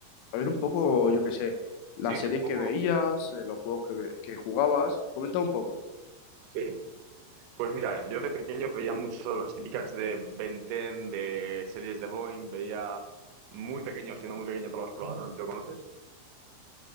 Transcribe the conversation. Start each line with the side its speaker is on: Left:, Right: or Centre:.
Left: a ver un poco, yo qué sé, las
Right: Sí, un
Left: series
Right: poco-
Left: que veías, eh, los juegos que, ve- que jugabas. Comenta un poco.
Right: sí. Pues mira, yo de pequeño veía mucho las típicas de Ben 10, de series de Boeing, veía muy pequeño, siendo muy pequeño, todos los exploradores, ¿lo conoces?